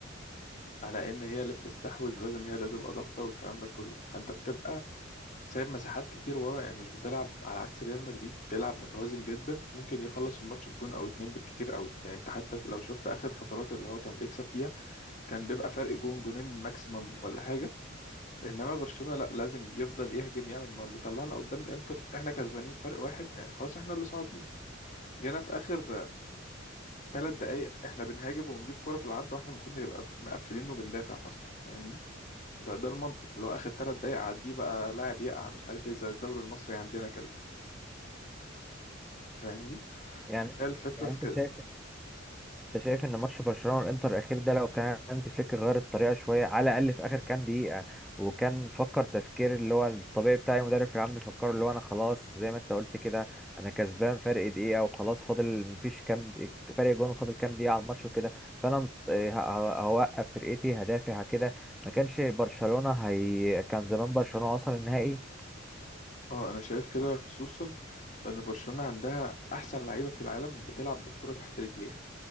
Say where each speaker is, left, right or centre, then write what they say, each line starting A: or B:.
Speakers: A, on the left; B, in the centre.
A: على ان هي اللي بتستحوذ لازم هي اللي تبقى ضاغطه والكلام ده كله فانت بتبقى سايب مساحات كتير ورا يعني مش بتلعب على عكس ريال مدريد بيلعب متوازن جدا ممكن يخلص الماتش بجون او اتنين بالكتير قوي يعني انت حتى لو شفت اخر فترات اللي هو كان بيكسب فيها كان بيبقى فرق جون جونين ماكسيمم ولا حاجه انما برشلونه لا لازم يفضل يهجم يعمل ما اللي طلعنا قدام الانتر احنا كسبانين فرق واحد يعني خلاص احنا اللي صاعدين جينا في اخر ثلاث دقايق احنا بنهاجم وبنجيب كرة في العارضه واحنا المفروض نبقى مقفلين وبندافع اصلا فاهمني ده ده المنطق اللي هو اخر ثلاث دقايق عديه بقى لاعب يقع مش عارف ايه زي الدوري المصري عندنا كده فاهمني
B: يعني
A: فهي الفكرة
B: يعني
A: في
B: انت
A: كده
B: شايف انت شايف ان ماتش برشلونه والانتر الاخير ده لو كان هانزي فليك غير الطريقه شويه على الاقل في اخر كام دقيقه وكان فكر تفكير اللي هو الطبيعي بتاع اي مدرب في العام بيفكر اللي هو انا خلاص زي ما انت قلت كده انا كسبان فرق دقيقه وخلاص فاضل مفيش كام د- فرق جون وفاضل كام دقيقه على الماتش وكده فانا مت- آه، ه- ه- هوقف فرقتي هدافع كده ما كانش برشلونه هي كان زمان برشلونه وصل النهائي
A: اه انا شايف كده خصوصا ان برشلونة عندها احسن لعيبة في العالم بتلعب بالكرة تحت رجليها